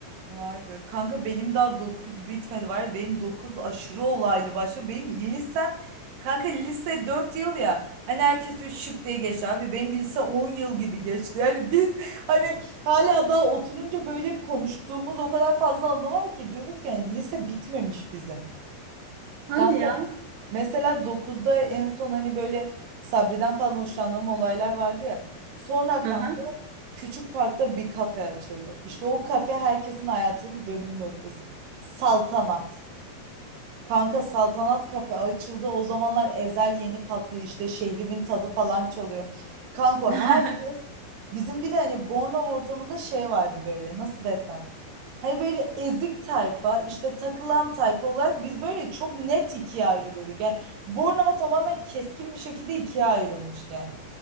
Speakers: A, on the right; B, on the right.
A: Vay be. Kanka benim daha 9 bitmedi var ya benim 9 aşırı olaylı başlıyor. Benim lisem kanka lise 4 yıl ya hani herkes diyor şıp diye geçti abi benim lise 10 yıl gibi geçti. Yani biz hani hala daha oturunca böyle konuştuğumuz o kadar fazla anı var ki diyoruz ki hani lise bitmemiş bizim.
B: Hadi
A: Kanka
B: ya.
A: Mesela dokuzda en son hani böyle Sabri'den falan hoşlandığım olaylar vardı ya. Sonra kanka
B: Hı hı.
A: küçük parkta bir kafe açıldı. İşte o kafe herkesin hayatının dönüm noktası. Saltanat. Kanka Saltanat kafe açıldı. O zamanlar Ezel yeni patlıyor işte şehrimin tadı falan çalıyor. Kanka
B: <laughs>
A: herkes bizim bir de hani Bornova ortamında şey vardı böyle nasıl desem. Hani böyle ezik tayfa, işte takılan tayfa olarak biz böyle çok net ikiye ayrılıyorduk. Yani Bornova tamamen keskin bir şekilde ikiye ayrılmıştı yani.